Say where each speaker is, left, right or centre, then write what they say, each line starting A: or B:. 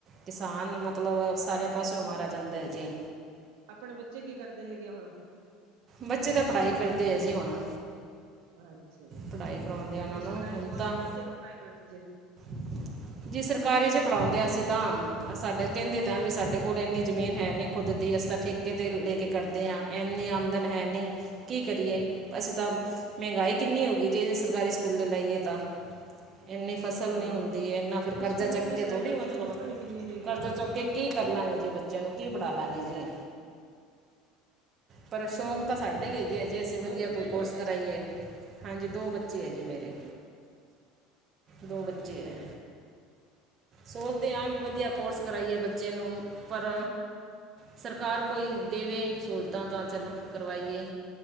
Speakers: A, on the right (about 35°); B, on the right (about 80°).
A: ਕਿਸਾਨ ਮਤਲਬ ਸਾਰਿਆਂ ਪਾਸਿਓ ਮਾਰਿਆ ਜਾਂਦਾ ਐ ਜੀ।
B: ਆਪਣੇ ਬੱਚੇ ਕੀ ਕਰਦੇ ਹੈਗੇ ਆ ਹੁਣ
A: ਬੱਚੇ ਤਾਂ ਪੜ੍ਹਾਈ ਕਰਦੇ ਆ ਜੇ ਹੁਣ
B: ਅੱਛਾ ਜੀ,
A: ਪੜ੍ਹਾਈ ਕਰਾਉਂਦੇ ਆ ਉਹਨਾਂ
B: ਕਿਵੇਂ
A: ਨੂੰ
B: ਸਰਕਾਰੀ
A: ਹੁਣ
B: ਸਕੂਲ
A: ਤਾਂ
B: ਚ ਪੜ੍ਹਦੇ ਆ ਕੇ ਪ੍ਰਾਈਵੇਟ ਚ?
A: <unintelligible> ਜੀ ਸਰਕਾਰੀ ਚ ਪੜ੍ਹਾਉਦੇ ਆਂ ਅਸੀਂ ਤਾਂ, ਸਾਡੇ ਕੈਂਦੇ ਤਾਂ ਵੀ ਸਾਡੇ ਕੋਲ ਏਨੀ ਜ਼ਮੀਨ ਹੈ ਨੀ। ਖੁੱਦ ਦੀ ਅਸੀ ਤਾਂ ਠੇਕੇ ਤੇ ਲੈ ਕੇ ਕਰਦੇ ਆਂ ਏਨੀ ਆਮਦਨ ਹੈ ਨੀ। ਕੀ ਕਰੀਏ ਅਸੀਂ ਤਾਂ ਮੈਹਗਾਈ ਕਿੰਨੀ ਹੋ ਗਈ, ਜੇ ਸਰਕਾਰੀ ਸਕੂਲੇ ਲਾਈਏ ਤਾਂ ਏਨੀ ਫਸਲ
B: ਹਾਂ
A: ਨੀ ਹੁੰਦੀ, ਏਨਾ ਫੇਰ
B: ਤੇ
A: ਕਰਜ਼ਾ
B: ਸਕੂਲਾਂ
A: ਚੁੱਕ
B: ਦੀਆਂ
A: ਕੇ
B: ਪ੍ਰਾਈਵੇਟ
A: ਥੋੜ੍ਹੀ ਮਤਲਬ,
B: ਦੀਆਂ ਫੀਸਾਂ ਵੀ ਕਿੰਨੀਆਂ ਹੈਗੀਆਂ
A: ਕਰਜ਼ਾ
B: ਹਾਂ।
A: ਚੁੱਕ ਕੇ ਕੀ ਕਰਲਾਗੇ ਜੀ, ਬੱਚੇਆਂ ਨੂੰ ਕੀ ਪੜਾਲਾਗੇ ਜੀ। ਪਰ ਸ਼ੌਂਕ ਤਾਂ ਸਾਡੇ ਵੀ ਏਹੀ ਆ ਜੀ, ਅਸੀਂ ਵਦੀਆ
B: ਦੋ ਬੱਚੇ
A: ਕੋਈ
B: ਜੀ
A: ਕੋਰਸ
B: ਤੁਹਾਡੇ?
A: ਕਰਾਈਏ। ਹਾਂਜੀ, ਦੋ ਬੱਚੇ ਐ ਜੀ ਮੇਰੇ ਦੋ
B: ਹਾਂਜੀ
A: ਬੱਚੇ ਐ। ਸੋਚਦੇ ਆਂ ਵੀ ਵਦੀਆ ਕੋਰਸ ਕਰਾਈਏ ਬੱਚੇ ਨੂੰ, ਪਰ ਸਰਕਾਰ ਕੋਈ ਦੇਵੇ ਸਹੂਲਤਾਂ ਤਾਂ ਚਲੋ ਕਰਵਾਈਏ।,